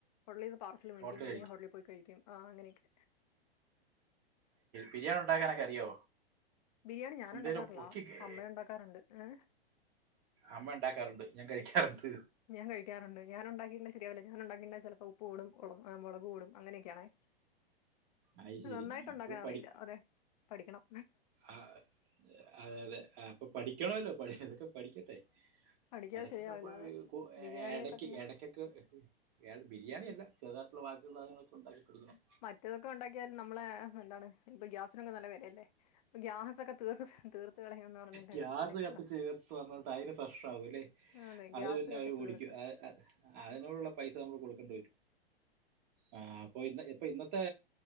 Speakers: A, on the left; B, on the right.
A: ഹോട്ടലിൽ പാഴ്സൽ
B: ഹോട്ടലിൽ
A: അല്ലെിൽ ഹോട്ടിൽ പോയി കഴിക്കും. ആഹ് അങ്ങനെയൊക്കെ
B: ബിരിയാണി ഉണ്ടാക്കാനൊക്കെ അറിയോ?
A: ബിരിയാണി ഞാൻ
B: എന്തര്
A: ഉണ്ടാക്കാറില്ല
B: കുക്കിംഗ്
A: അമ്മ ഉണ്ടാക്കാറുണ്ട് ഏ,
B: അമ്മ ഉണ്ടാക്കാറുണ്ട് ഞാൻ കഴിക്കാറുണ്ട്.
A: ഞാൻ കഴിക്കാറുണ്ട്. ഞാൻ ഉണ്ടാക്കിണ്ട ശരിയാവൂല്ല. ഞാൻ ഉണ്ടാക്കിണ്ട ചിലപ്പോൾ ഉപ്പ് കൂടും മുളക് കൂടും അങ്ങനെയൊക്കെയാണേ
B: അത് ശരി
A: നന്നായിട്ട്
B: അപ്പോഴും
A: ഉണ്ടാക്കാൻ അറിയില്ല. അതെ പഠിക്കണം.
B: ആഹ് അതെ അതെ അപ്പൊ പഠിക്കണല്ലോ ഇതൊക്കെ പഠിക്കട്ടെ
A: പഠിക്കാതെ
B: ഇടയ്ക്കൊക്കെ
A: ശരിയാവില്ല
B: പോയി
A: അതെ
B: കഴിക്കുപ്പോ
A: ബിരിയാണിയൊക്കെ
B: ഇടയ്ക്ക്
A: പിന്നെ
B: ഇടയ്ക്കൊക്കെ ക്കെ ബിരിയാണി അല്ല ചെറുതായിട്ടുള്ള വാക്കിയുളള സാധനങ്ങളൊക്കെ ഉണ്ടാക്കി പഠിക്കണം.
A: മറ്റതൊക്കെ ഉണ്ടാക്കിയാൽ നമ്മള് എന്താണ് ഇപ്പം ഗ്യാസ് സിനൊക്കെ നല്ല വിലയല്ലേ അപ്പൊ ഗ്യാസൊക്കെ തീർ തീർത്ത് കളയുംന്ന് പറഞ്ഞിട്ട്
B: ഗ്യാസ്
A: നെക്കെ
B: കത്തിച്ച് ചേർത്ത് പറഞ്ഞിട്ട് അയ്ന് പ്രശ്നമാവുംല്ലേ
A: അതെ
B: അത്
A: ഗ്യാസ്
B: പിന്നെ
A: കത്തിച്ച്
B: അവര് ഓടിക്കും
A: തീർക്കും
B: അത് അതിനോടുള്ള പൈസ നമ്മൾ കൊടുക്കെണ്ടി വരും ആഹ് അപ്പൊ ഇന്ന് ഇപ്പൊ ഇന്നത്തെ